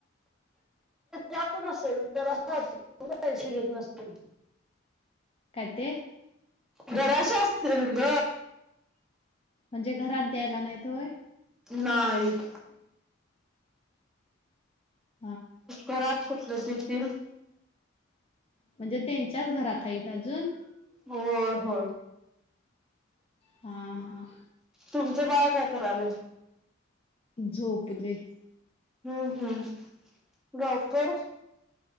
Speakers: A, in the centre; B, on the left.
A: जात नसेल जर असशी येत नसतील
B: कध
A: घराश असतल ग
B: म्हणजे घरात द्यायला नाहीतोय
A: नाईित
B: ह
A: ्रात कुठलं देतील
B: म्हणजे त्यांच्याच घरातत अजून
A: हो हो
B: हा हा
A: तुमचं बाळ काय कराल
B: झोपले
A: हम्म हम्म गावकर